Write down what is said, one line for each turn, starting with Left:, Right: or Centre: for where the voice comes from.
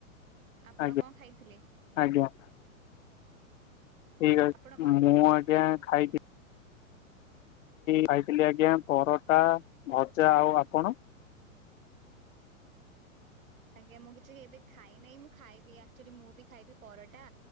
Right: ଆପଣ
Left: ଆଜ୍ଞା
Right: କଣ ଖାଇଥିଲେ?
Left: ଆଜ୍ଞା। ଠିକ୍ ଅଛି
Right: ଆପଣ କଣ
Left: ମୁଁ
Right: ଖାଇଥିଲେ?
Left: ଆଜ୍ଞା ଖାଇଥିଲି ଖାଇଥିଲି ଆଜ୍ଞା ପରଟା ଭଜା ଆଉ ଆପଣ।
Right: ଆଜ୍ଞା ମୁଁ କିଛି ଏବେ ଖାଇ ନାହିଁ ମୁଁ ଖାଇବି ଆକ୍ଚୁଆଲି ମୁଁ ବି ଖାଇବି ପରଟା